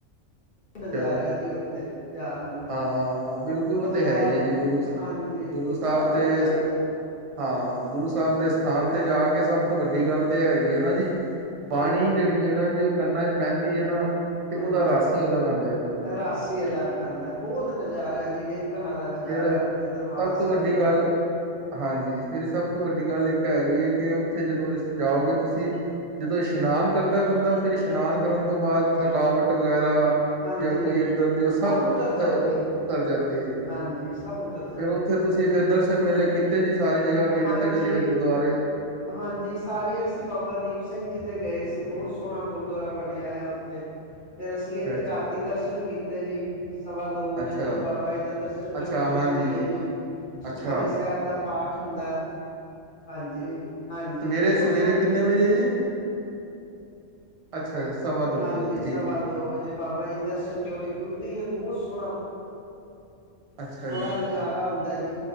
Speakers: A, on the left; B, on the right.
A: ਨਜ਼ਾਰਾ
B: ਚਲੋ
A: ਜੀ। ਉੱਥੇ, ਜਾਣ ਦਾ।
B: ਹਾਂ, ਬਿਲਕੁਲ,
A: ਬੰਦਾ
B: ਉਹਥੇ ਹੈ ਹੀ ਹੈ। ਜੀ, ਗੁਰੂ
A: ਹਾਂਜੀ
B: ਗੁਰੂ
A: ਪਿੱਛਾ
B: ਸਾਹਿਬ,
A: ਭੁੱਲ
B: ਦੇ
A: ਜਾਂਦਾ
B: ਹਾਂ, ਗੁਰੂ ਸਾਹਿਬ ਦੇ ਸਥਾਨ ਤੇ ਜਾ ਕੇ, ਸਭ ਤੋਂ ਵੱਡੀ ਗੱਲ ਤੇ ਹੈਗੀ ਹੈ। ਨਾ ਜੀ। ਬਾਣੀ
A: ਹਾਂਜੀ
B: ਜਿਹੜੀ ਹੈ ਨਾ, ਜੀ, ਉਹ ਕੰਨਾਂ ਚ, ਪੈਂਦੀ ਹੈ ਨਾ। ਤੇ
A: ਹਾਂਜੀ,
B: ਉਹਦਾ ਰਸ ਹੀ ਅਲੱਗ ਆਉਂਦਾ ਹੈ ਜੀ ਬਾਣੀ
A: ਰਾਸੀ
B: ਦਾ ਤੇ
A: ਅਲੱਗ ਆਉਂਦਾ, ਬਹੁਤ ਨਜ਼ਾਰਾ ਜੀ। ਵੇਖਣ ਵਾਲਾ ਨ। ਜਾ
B: ਫਿਰ
A: ਰਿਹਾ। ਉੱਥੇ, ਦਰਬਾਰ
B: ਸਭ
A: ਸਾਹਿਬ
B: ਤੋਂ ਵੱਡੀ
A: ਜਾਓ।
B: ਗੱਲ ਹਾਂਜੀ, ਫੇਿਰ ਸਭ ਤੋਂ ਵੱਡੀ ਗੱਲ ਇੱਕ ਹੈਗੀ ਹੈ। ਕਿ ਉੱਥੇ ਜਦੋਂ ਜਾਓਗੇ ਤੁਸੀਂ। ਜਦੋਂ ਇਸ਼ਨਾਨ ਕਰਦਾ ਬੰਦਾ, ਫਿਰ ਇਸ਼ਨਾਨ ਕਰਨ ਤੋਂ, ਬਾਅਦ ਥਕਾਵਟ ਵਗੈਰਾ।
A: ਹਾਂਜੀ
B: ਜਾਂ ਕੋਈ ਇੱਧਰ ਦੀ, ਉਹ ਸਭ
A: ਉਤਰ ਜਾਂਦੀ ਹੈ
B: ਉਤਰ, ਜਾਂਦੀ ਹੈਗੀ ਜੀ।
A: ਹਾਂਜੀ ਸਭ, ਉੱਤਰ
B: ਤੇ ਫੇਿਰ, ਉੱਥੇ ਤੁਸੀਂ, ਫੇਿਰ ਦਰਸ਼ਨ ਮੇਲੇ, ਕੀਤੇ ਜੀ। ਸਾਰੀ ਜਗ੍ਹਾ ਨੇੜੇ
A: ਹਾਂਜੀ,
B: ਤੇੜੇ ਜਿਹੜੇ ਗੁਰਦੁਆਰੇ
A: ਹਾਂਜੀ, ਅਸੀਂ ਸਾਰੇ ਬਾਬਾ ਦੀਪ ਸਿੰਘ ਜੀ ਦੇ ਗੁਰਦੁਆਰੇ ਗਏ ਸੀ। ਉੱਥੇ ਬਹੁਤ ਸੋਹਣਾ ਗੁਰਦੁਆਰਾ ਬਣਿਆ ਹੋਇਆ ਹੈ।
B: <inaudible>
A: ਫਿਰ ਅਸੀਂ ਇੱਥੇ
B: ਅੱਛਾ
A: ਰਾਤ
B: ਜੀ
A: ਨੂੰ ਦਰਸ਼ਨ ਕੀਤੇ ਜੀ। ਸਵਾ ਦੋ ਵਜੇ
B: ਅੱਛਾ
A: ਜੇਦ ਬਾਬਾ ਜੀ ਦਾ ਦਰਸ਼ਨ
B: ਅੱਛਾ
A: ਡਿਓੜੀ
B: ਹਾਂਜੀ
A: ਖੁੱਲਦੀ ਹੈ ਜੇ
B: ਅੱਛਾ
A: ਸੁਖਮਨੀ ਸਾਹਿਬ ਦਾ ਪਾਠ ਹੁੰਦਾ ਹੈ। ਹਾਂ ਜੀ, ਹਾਂ ਜੀ,
B: ਸਵੇਰੇ
A: ਬਹੁਤ
B: ਸਵੇਰੇ
A: ਸੋਹਣਾ
B: ਕਿੰਨੇ ਵਜੇ ਜੀ ਅੱਛਾ ਸਵਾ ਦੋ
A: ਹਾਂ
B: ਵਜੇ
A: ਜੀ,
B: ਠੀਕ
A: ਸਵਾ
B: ਹੈ ਠੀਕ
A: ਦੋ ਵਜੇ ਬਾਬਾ ਜੀ ਦੇ ਦਰਸ਼ਨ ਹੁੰਦੇ ਹਨ। ਡਿਓੜੀ ਖੁੱਲਦੀ ਹੈ ਬਹੁਤ ਸੋਹਣਾ
B: ਅੱਛਾ
A: ਬੜਾ
B: ਜੀ
A: ਸੋਹਣਾ ਨਜ਼ਾਰਾ ਹੁੰਦਾ ਜੀ।